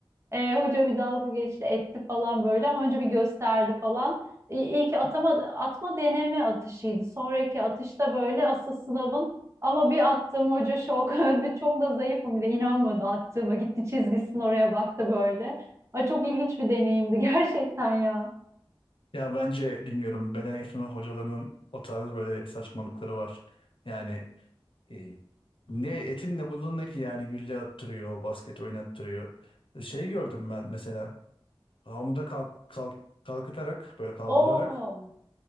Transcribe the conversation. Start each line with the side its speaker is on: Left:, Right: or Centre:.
Right: E, hoca bir dalga geçti etti falan böyle ama önce bir gösterdi falan. İ- İyi, ki atama, atma deneme atışıydı. Sonraki atışta böyle asıl sınavın ama bir attım hoca şok. <laughs> Bir çok da zayıfım bir de inanmadı attığıma. Gitti çizgisinin oraya baktı böyle. Ay, çok ilginç bir deneyimdi <laughs> gerçekten ya.
Left: Ya bence bilmiyorum beden eğitimi hocalarının o tarz böyle saçmalıkları var. Yani e, ne etin ne budundaki yani gülle attırıyor, basket oynattırıyor. Şey gördüm ben mesela hamuda kalk, kalk, kalkıtarak böyle kaldırarak
Right: Oo,